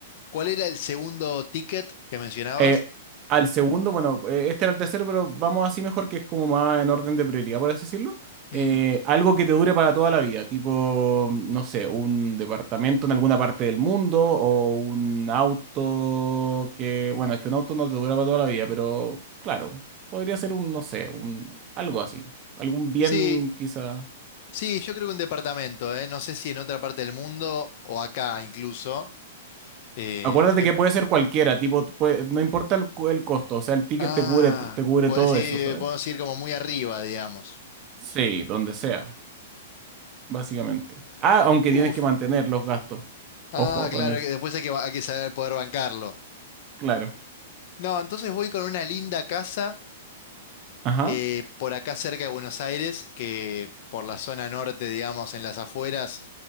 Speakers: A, on the left; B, on the right.
A: ¿cuál era el segundo ticket que mencionabas?
B: Eh, al segundo, bueno, eh, este era el tercero, pero vamos así mejor, que es como más en orden de prioridad, por así decirlo. Eh,
A: Mm,
B: algo que te dure para toda la vida, tipo, no sé, un departamento en alguna parte del mundo o un auto que, bueno, es que un auto no te dura para toda la vida, pero claro, podría ser un, no sé, un, algo así, algún bien
A: Sí,
B: quizá.
A: sí, yo creo que un departamento, ¿eh? No sé si en otra parte del mundo o acá incluso. Eh,
B: Acuérdate
A: em-
B: que puede ser cualquiera, tipo, puede- no importa el, cu- el costo, o sea, el ticket
A: Ah,
B: te cubre, t- te cubre
A: puedes
B: todo
A: ir,
B: eso, ¿sabes?
A: podemos ir como muy arriba, digamos.
B: Sí, donde sea. básicamente. Ah, aunque
A: Uf.
B: tienes que mantener los gastos.
A: Ah,
B: Ojo
A: claro,
B: con eso.
A: que después hay que, ba- hay que saber poder bancarlo.
B: Claro.
A: No, entonces voy con una linda casa
B: Ajá.
A: eh, por acá cerca de Buenos Aires, que por la zona norte, digamos, en las afueras,